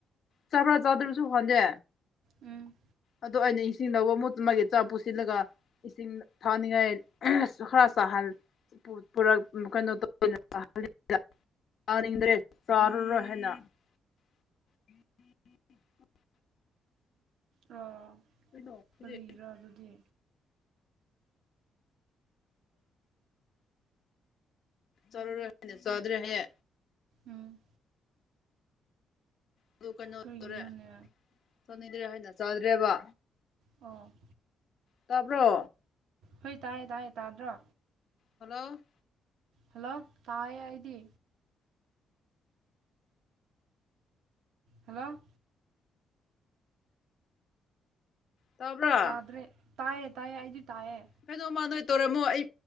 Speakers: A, on the left; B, on the right.
A: ꯆꯄ꯭ꯔꯥ ꯆꯥꯗꯔꯁꯨ ꯍꯟꯗꯦ
B: ꯎꯝ
A: ꯑꯗ ꯑꯩꯅ ꯏꯁꯤꯡ ꯂꯧꯕ ꯃꯨ ꯃꯥꯒꯤ ꯆꯥ ꯄꯨꯁꯤꯜꯂꯒ ꯏꯁꯤꯡ ꯊꯥꯅꯤꯡꯉꯥꯏ ꯈꯔ ꯆꯥꯍꯜ ꯄꯨꯔꯛ ꯀꯩꯅꯣꯗꯣ <unintelligible> ꯆꯥꯅꯤꯡꯗ꯭ꯔꯦ ꯆꯥꯔꯔꯣꯏ ꯍꯥꯏꯅ <unintelligible>
B: ꯑꯣ
A: ꯣꯛꯇꯔꯦ
B: ꯀꯔꯤꯒꯤꯔꯥ ꯑꯗꯨꯗꯤ
A: ꯆꯠꯂꯨꯔꯣꯏꯅꯦ ꯆꯥꯗ꯭ꯔꯦ ꯍꯌꯦ
B: ꯎꯝ
A: ꯑꯗꯨ ꯀꯩꯅꯣ
B: ꯀꯏꯅꯣꯅꯦ
A: ꯇꯧꯔꯦ ꯆꯥꯅꯤꯡꯗ꯭ꯔꯦ ꯍꯥꯏꯅ ꯆꯥꯗ꯭ꯔꯦꯕ
B: ꯑꯣ
A: ꯇꯥꯕ꯭ꯔꯣ
B: ꯍꯣꯏ ꯇꯥꯏꯌꯦ ꯇꯥꯏꯌꯦꯦ ꯇꯥꯗ꯭ꯔꯣ
A: ꯍꯜꯂꯣ
B: ꯍꯜꯂꯣ ꯇꯥꯏ ꯍꯥꯏꯗꯤ ꯍꯜꯂꯣ
A: ꯇꯥꯕ꯭ꯔꯥ
B: ꯇꯥꯗ꯭ꯔꯦ ꯇꯥꯏꯌꯦ ꯇꯥꯏꯌꯦ ꯑꯩꯗꯤ ꯇꯥꯏꯌꯦ
A: ꯀꯩꯅꯣ ꯃꯥ ꯅꯣꯏ ꯇꯧꯔꯝꯃꯣ ꯑꯩ